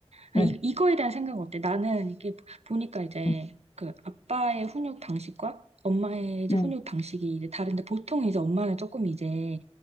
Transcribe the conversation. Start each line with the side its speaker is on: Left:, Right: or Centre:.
Right: 아,
Left: 응,
Right: 이, 이거에 대한 생각은 어때? 나는 이게 보니까 이제
Left: 응,
Right: 그 아빠의 훈육 방식과 엄마의 이제
Left: 응,
Right: 훈육 방식이 이제 다른데 보통 이제 엄마는 조금 이제